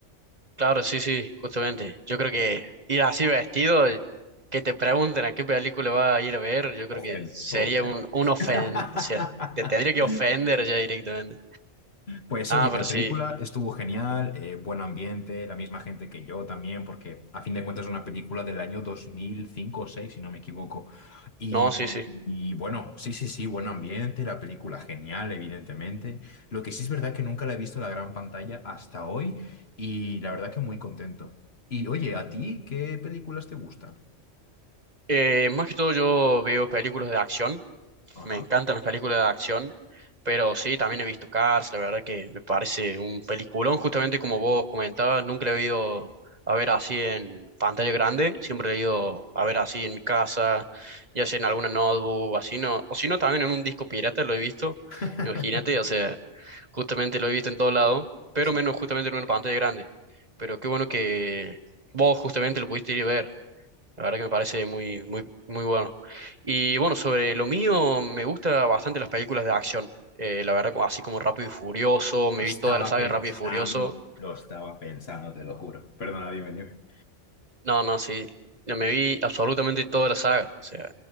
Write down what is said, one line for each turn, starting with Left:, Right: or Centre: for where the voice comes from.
Right: claro, sí, sí, justamente. Yo creo que ir así vestido, que te pregunten a qué película vas a ir a ver, yo creo
Left: Ofende,
Right: que sería
Left: ofende.
Right: un, un ofen,
Left: <laughs>
Right: o sea, te tendría que ofender ya directamente.
Left: Pues
Right: Ah,
Left: oye,
Right: pero
Left: la
Right: sí.
Left: película estuvo genial, eh, buen ambiente, la misma gente que yo también, porque a fin de cuentas es una película del año 2005 o 2006 si no me equivoco. Y,
Right: No, sí, sí.
Left: y bueno, sí, sí, sí, buen ambiente, la película genial, evidentemente. Lo que sí es verdad que nunca la he visto en la gran pantalla hasta hoy y la verdad que muy contento. Y oye, ¿a ti qué películas te gustan?
Right: Eh, más que todo yo veo películas de acción,
Left: Ajá.
Right: me encantan las películas de acción, pero sí, también he visto Cars, la verdad que me parece un peliculón, justamente como vos comentabas, nunca lo he ido a ver así en pantalla grande, siempre lo he ido a ver así en mi casa, ya sea en alguna notebook, o así no, o si no también en un disco pirata lo he visto,
Left: <laughs>
Right: imagínate, o sea, justamente lo he visto en todo lado, pero
Left: Sí,
Right: menos justamente en una pantalla grande, pero qué bueno que vos justamente lo pudiste ir a ver. La verdad que me parece muy, muy, muy bueno. Y bueno, sobre lo mío, me gusta bastante las películas de acción. Eh, la verdad, como- así como Rápido y Furioso,
Left: lo
Right: me
Left: estaba
Right: vi toda la saga
Left: pensando,
Right: de Rápido y Furioso.
Left: lo estaba pensando, te lo juro. Perdona, dime, dime.
Right: No, no, sí. Yo me vi absolutamente toda la saga. O sea,